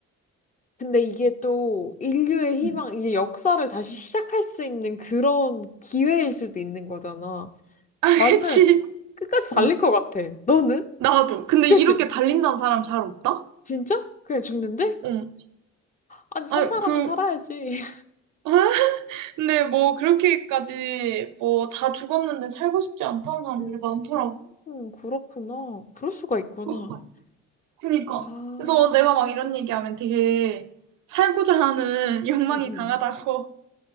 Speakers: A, on the left; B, on the right.
A: 근데 이게 또 인류의 희망,
B: 응.
A: 이게 역사를 다시 시작할 수 있는 그런 기회일 수도 있는 거잖아.
B: <laughs> 아,
A: 나는
B: 그치.
A: 끝까지 달릴
B: 어.
A: 것 같아. 너는?
B: 나도. 근데
A: 그치?
B: 이렇게 달린다는 사람 잘 없다?
A: 진짜? 그냥 죽는데?
B: 응.
A: 아니, 산
B: 아니,
A: 사람은
B: 그,
A: 살아야지.
B: 어? 근데 뭐 그렇게까지 뭐 다 죽었는데 살고 싶지 않다는
A: <laughs>
B: 사람들이
A: 음,
B: 많더라고.
A: 음, 그렇구나. 그럴 수가 있구나.
B: 그- 그니까.
A: 아,
B: 그래서 내가 막 이런 얘기하면 되게 살고자 하는 <laughs> 욕망이
A: 음, 음.
B: 강하다고.